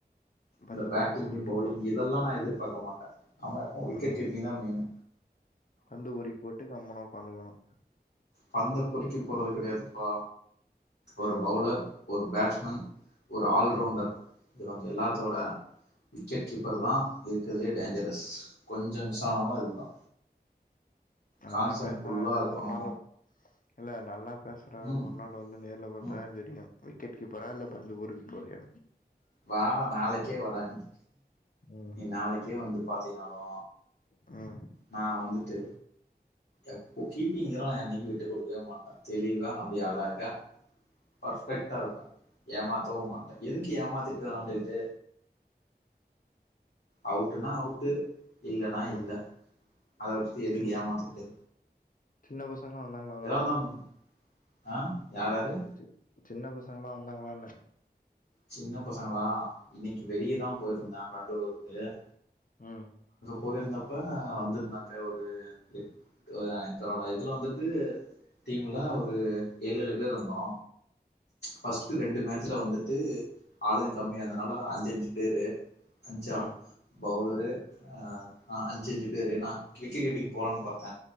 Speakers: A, on the left (about 85°); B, on the left (about 55°).
A: இந்த
B: பந்து
A: பேட்டிங்கு
B: பொறுக்கி போட்டுட்ருப்ப
A: பவுலிங் இதெல்லா நா எதிர்பாக்க மாட்ட நம்ம எப்பவு விக்கெட்
B: ம்
A: கீப்பிங் தா மெய்னு
B: பந்து பொரிக்கி போட்டு கம்முனு ஒக்காந்துகணு
A: பந்தப் பொருக்கி போரது கெடயா வா ஒரு
B: ம்
A: பவுலர் ஒரு பேட்ஸ் மேன் ஒரு ஆல்ரவுண்டர்
B: ம்
A: இது தா எல்லாத்தோட விக்கெட் கீப்பர் தா இருக்குறதுலே டேஞ்சரஸ் கொஞ்சோ மிஸ் தானாலு இதுதா
B: நல்லா
A: கான்சன்ட்
B: பேசுற
A: ஃபுல்லா இருக்கணு
B: ஒரு நாளு இல்ல நல்லா பேசு ற
A: ம்
B: ஒரு நாள் வந்து <unintelligible>
A: ம்
B: தெரியு விக்கெட் கீப்பரா இல்ல பந்துப் பொருக்க போறியா
A: வாடா நாளைக்கே வாடா நீ
B: ம்
A: நீ நாளைக்கே வந்து பாத்தினாலு
B: ம்
A: நா வந்துட்டு எப்ப கீப்பிங் இதலா யா அன்னக்கி விட்டு குடுக்கவே மாட்டே தெளிவா அப்டி அழாக பர்ஸ் ஃபெக்ட்டா‌இருப்பே ஏமாத்தவு மா டெ எதுக்கு ஏமாத்திட்டு வெளாண்டு டு அவுட்டுனா அவுட்டு இல்லன்னா
B: ம்
A: இல்ல அத விட்டுட்டு எதுக்கு
B: சின்
A: ஏமாத்திட்டு
B: சின்ன ப சங்களா வந்தாங்களா வெளாட
A: எதா இருந்தாலு ஆ யாராரு
B: சி சின்ன பசங்களா வந்தாங்களான்னே
A: சின்ன பசங்களா இன்னக்கி வெளியதா போயிருந்தே பந்து ஊருக்குல்லாயா.
B: உம்.
A: போயிருந்தப்போ வந்திருந்தாங்க ஒரு எட் எங்கலோட இருந்தப்ப வந்துருந்தாங்க ஒரு எட் ஆஹ எங்களோட இதுல வந்துட்டு டீம்முல ஒரு ஏழு ஏழு பேர் இருந்தோ. ஃபர்ஸ்ட்டு ரெண்டு மேட்சுல வந்துட். டு ஆளுங்க கம்மி அதனால அஞ்சஞ்சு பேரு. அஞ்சா.
B: ம்
A: பவுலரு ஆஹா அஞ்சு அஞ்சு பேரு நா விக்கெட் கீப்பிங் போலன்னு பாத்த